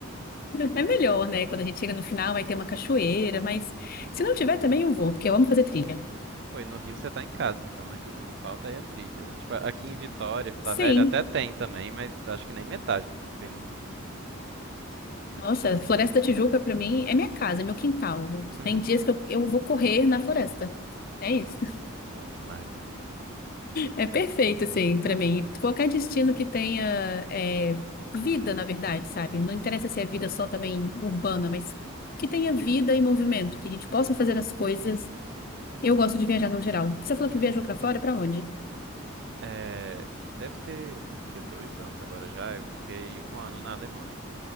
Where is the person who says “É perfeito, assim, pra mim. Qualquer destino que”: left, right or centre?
Left